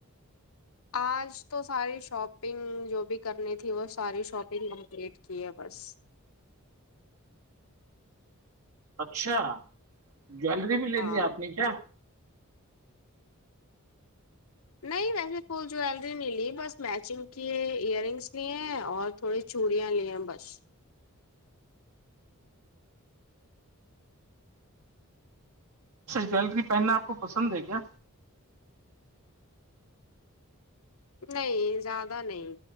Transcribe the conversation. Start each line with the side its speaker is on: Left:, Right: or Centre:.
Left: آج تو ساری شاپنگ جو بھی کرنی تھی وہ ساری شاپنگ کمپلیٹ کی ہے بس
Right: اچھا جویلری بھی لے
Left: ہاں
Right: لی آپ نے کیا
Left: نہیں ویسے فل جویلری نہیں لی بس میچنگ کی ہے ایئر رنگس لیے ہیں اور تھوڑی چوڑں لیا بس
Right: سر جویلری پہننا آپ کو پسند ہے کیا
Left: نہیں زیادہ نہیں